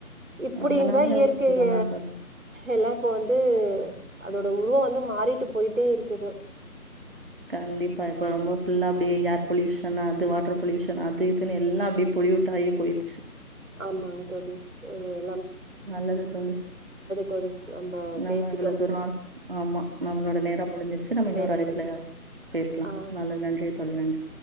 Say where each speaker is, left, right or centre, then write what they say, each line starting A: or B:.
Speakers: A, on the right; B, on the right.
A: இப்பிட
B: அதெல்லாமே
A: இருந்தா இயற்கைய
B: ஒரு சுகந்தா தோழி
A: எல்லா இப்போ வந்து அதோ ந்த உருவோ வந்து மாறிட்டு போயிட்டே இரு க்குது
B: கண்டிப்பா இப்ப ரொம்ப ஃபுல்லா அப்டியே ஏர் பொல்யூஷன் அது வாட்டர் பொல்யூஷன் அது இதுன்னு எல்லா அப்டியே பொல்யூட் ஆகி போயிருச்சு
A: ஆமாங்க தோழி ஆ
B: நல்லது தோழி.
A: தோழி நம்ம
B: நம்ம
A: பேசிட்டோ
B: இவ்ள தூரோ ஆமா நம்மளோட நேரோ முடிஞ்சிருச்சு நம்ம இன்னொரு
A: நேரம்
B: அழைப்புல
A: முடிஞ்
B: பேசலா
A: ஆ
B: நல்ல நன்றி தோழி நன்றி.